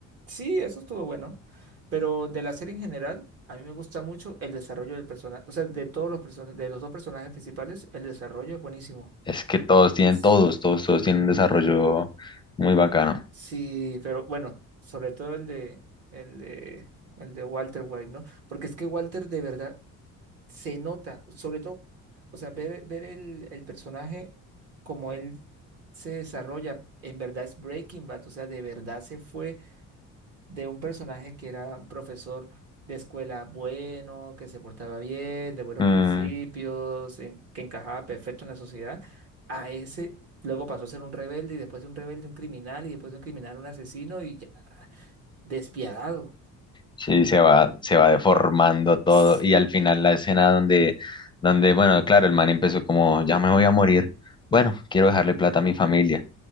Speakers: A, on the right; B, on the left.
A: Sí, eso estuvo bueno, pero de la serie en general, a mí me gusta mucho el desarrollo del personaje, o sea, de todos los personajes, de los dos personajes principales, el desarrollo es buenísimo.
B: Es que todos tienen,
A: Es-
B: todos, todos, todos tienen un desarrollo muy bacano.
A: Sí, pero bueno, sobre todo el de, el de, el de Walter White, ¿no? Porque es que Walter de verdad se nota, sobre todo, o sea, ver, ver el, el personaje como él se desarrolla, en verdad es Breaking Bad, o sea, de verdad se fue. de un personaje que era un profesor de escuela bueno, que se portaba bien, de buenos
B: Mm,
A: principios, eh, que encajaba perfecto en la sociedad, a ese luego pasó a ser un rebelde y después de un rebelde un criminal y después de un criminal un asesino y ya despiadado.
B: sí, se va, se va deformando todo.
A: Sí.
B: Y al final la escena donde, donde, bueno, claro, el man empezó como, ya me voy a morir. Bueno, quiero dejarle plata a mi familia.